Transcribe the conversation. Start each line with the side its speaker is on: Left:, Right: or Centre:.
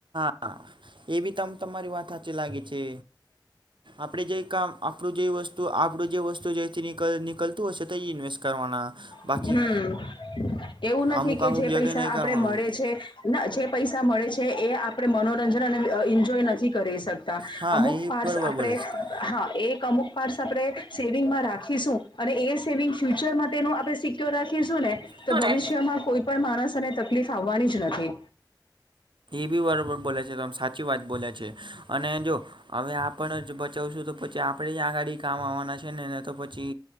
Right: હા એ બી તમ તમારી વાત સાચી લાગી છે આપડે જે કામ. આપણું જે વસ્તુ આપણું જે વસ્તુ જેથી. નિકલતું હશે તો ઇન્વેસ્ટ કરના બાકી
Left: હમ એવું નથી
Right: અમુક
Left: કે
Right: અમુક
Left: જે
Right: જગ્યાએ
Left: પૈસા
Right: નહીં
Left: આપડે
Right: કરવાનું
Left: મળે છે. ના જે પૈસા મળે છે એ આપડે મનોરંજન અને એન્જોય નથી. કરી શકતા
Right: હા
Left: અમુક
Right: એ
Left: પાર્ટ
Right: બરોબર
Left: આપણે
Right: બોલે છે તમે
Left: હા એક અમુક આપણે સેવિંગમાં રાખીશું અને એ સેવિંગ ફ્યુચરમાં તેનો આપણે સિક્યોર શું ને તો
Right: શું
Left: ભવિષ્યમાં
Right: રે
Left: કોઈ પણ માણસ એને તકલીફ આવવાની જ નથી.
Right: એ બી બરોબર બોલે છે તો આમ સાચી વાત બોલે છે અને જો હવે આપણ જ બચાવશું તો પછી આપણે જ આગળ કામ આવવાના છે નઅને તો પછી